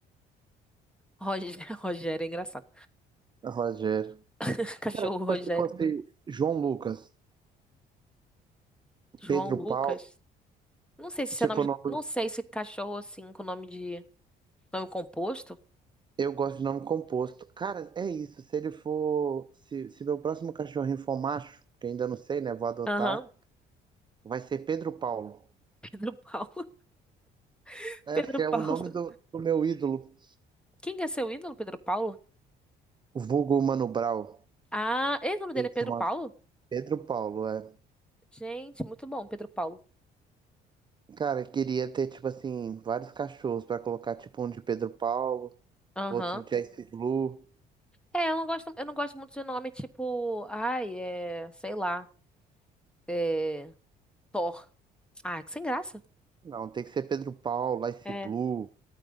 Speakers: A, in the centre; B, on the right.
A: Roger... <laughs> Rogério é engraçado.
B: Rogério.
A: <laughs> Cachorro
B: Cara, tipo,
A: Rogério.
B: se fosse João Lucas,
A: João
B: Pedro
A: Lucas.
B: Paulo,
A: Não sei se esse
B: tipo,
A: é nome de.
B: nome-
A: Não sei se cachorro assim com nome de. Nome composto.
B: eu gosto de nome composto. Cara, é isso. Se ele for. Se, se meu próximo cachorrinho for macho, que ainda não sei, né? Vou adotar,
A: Aham.
B: vai ser Pedro Paulo.
A: Pedro Paulo. <laughs>
B: É,
A: Pedro
B: porque é
A: Paulo.
B: o nome do, do meu ídolo,
A: Quem que é seu ídolo, Pedro Paulo?
B: o vulgo Mano Brown.
A: Ah, e o nome dele
B: Ele
A: é Pedro
B: se chama
A: Paulo?
B: Pedro Paulo, é.
A: Gente, muito bom, Pedro Paulo.
B: Cara, eu queria ter, tipo assim, vários cachorros pra colocar, tipo, um de Pedro Paulo.
A: Aham.
B: outro de Ice Blue.
A: É, eu não gosto, eu não gosto muito de nome tipo, ai, é, sei lá, é, Thor. Ah, que sem graça.
B: Não, tem que ser Pedro Paulo, Ice
A: É.
B: Blue,